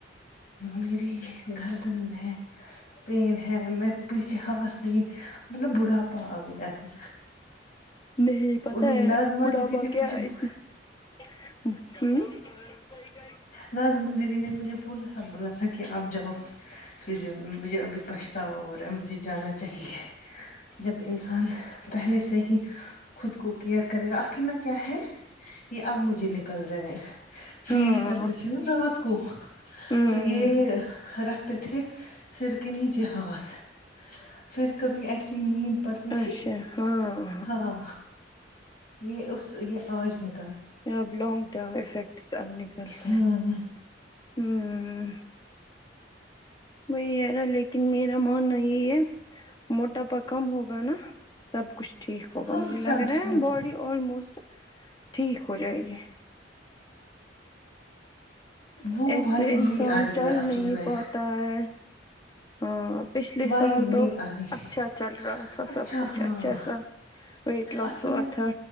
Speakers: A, on the left (about 50°); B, on the left (about 25°).
A: میری گردن میں پین ہے ہمیں پیچھے حواستی مطلب بڑھا پا آ گیا ہے
B: نہیں پتا
A: ان
B: ہے
A: ناظمہ
B: بڑھاپا
A: دیدی کے
B: کیا
A: پیچھے <inaudible>
B: ہوں
A: نظمہ دیدی نے مجھے بولا تھا بولا تھا کہ آپ جاؤ فزیو میں مجھے ابھی پچھتاوا ہو رہا ہے مجھے جانا چاہیے جب انسان پہلے سے ہی خود کو کیئر کرے گا اصل میں کیا ہے یہ اب مجھے لے نکل رہے فیڈ
B: ہاں
A: کرتے تھے نا رات کو
B: ہوں
A: تو یہ رکھتے تھے سر کے نیچے ہاتھ پھر کبھی ایسی نیند پر تی تھی
B: اچھا ہاں
A: ہاں یہ اس یہ آج نہیں
B: یہ اب لانگ ٹرم افیکٹس اب نکلتے
A: ہ
B: رہے ہیں ہمم وہی ہے نہ لیکن میرا ماننا یہی ہے موٹاپا کم ہوگا نا سب کچھ ٹھیک ہوگا
A: ہاں
B: مجھے
A: سب
B: لگ
A: سب
B: رہا ہے باڈی آلموسٹ ٹھیک ہو جائے گی
A: وہ
B: ایسے
A: وائب نہیں
B: انسان
A: آ رہی
B: چاہے
A: ہے اصل
B: نہیں
A: میں
B: پاتا ہے ہاں پچھلے
A: وائب
B: سال
A: نہیں
B: تو
A: آ رہی
B: اچھا
A: ہے
B: چل رہا تھا
A: اچھا
B: سب کچھ
A: ہاں
B: اچھا سا ویٹ لوس
A: اصل
B: ہوا
A: میں
B: تھا